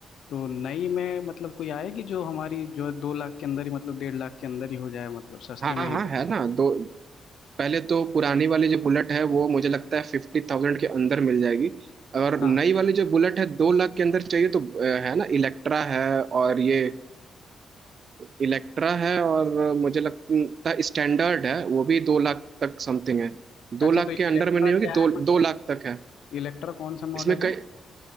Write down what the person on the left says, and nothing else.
तो नई में मतलब कोई आएगी जो हमारी जो है दो लाख के अंदर ही मतलब डेढ़ लाख के अंदर ही हो जाए मतलब सस्ते
में ही
हो
जाए
हाँ
हाँ
अच्छा
तो इलेक्ट्रा
क्या
है मतलब
इलेक्ट्रा कौन सा मॉडल
है